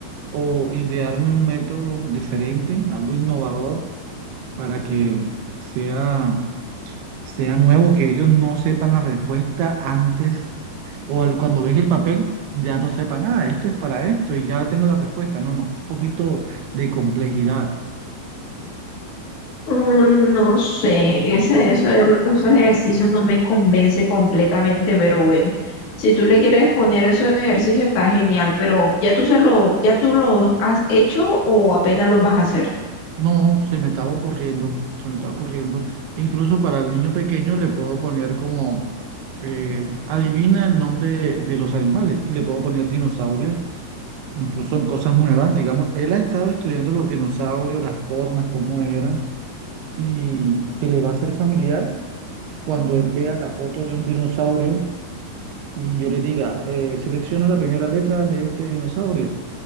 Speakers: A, on the right; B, on the left.
A: o idearme un método diferente, algo innovador, para que sea, sea nuevo, que ellos no sepan la respuesta antes o al- cuando ven el papel, ya no sepan, ah, esto es para esto y ya tengo la respuesta. No, no, un poquito de complejidad.
B: Mm, No sé, ese, eso de los ejercicios no me convence completamente, pero bueno, si tú le quieres poner esos ejercicios está genial, pero ¿ya tú se lo, ya tú los has hecho o apenas los vas a hacer?
A: No, se me estaba ocurriendo, se me estaba ocurriendo. Incluso para el niño pequeño le puedo poner como, eh, adivina el nombre de, de los animales y le puedo poner dinosaurios. Incluso son cosas nuevas, digamos, él ha estado estudiando los dinosaurios, las formas, cómo eran, y se le va a hacer familiar cuando él vea la foto de un dinosaurio y yo le diga, eh, selecciona la primera letra de este dinosaurio